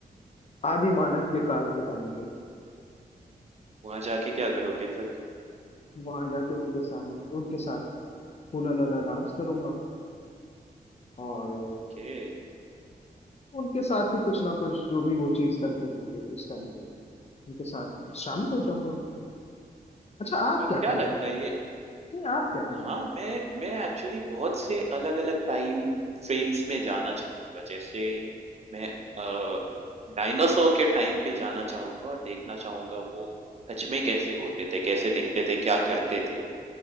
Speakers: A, on the left (about 40°); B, on the right (about 45°).
A: आदि मानव के काल के टाइम पे
B: वहां जाके क्या करोगे फिर
A: वहां जाके उनके सामने उनके साथ हुला लला डांस करूंगा और
B: ओके
A: उनके साथ ही कुछ ना कुछ जो भी वो चीज करते होंगे उस टाइम पे उनके साथ शामिल हो जाऊंगा अच्छा आप
B: पर
A: क्या
B: क्या
A: करोगे
B: लगता है ये
A: नहीं आप क्या करोगे
B: हाँ, मैं मैं एक्चुअली बहुत से अलग-अलग टाइम फ्रेम्स में जाना चाहूँगा। जैसे मैं अ, डायनासोर के टाइम पे जाना चाहूँगा और देखना चाहूँगा वो सच में कैसे होते थे, कैसे दिखते थे, क्या करते थे?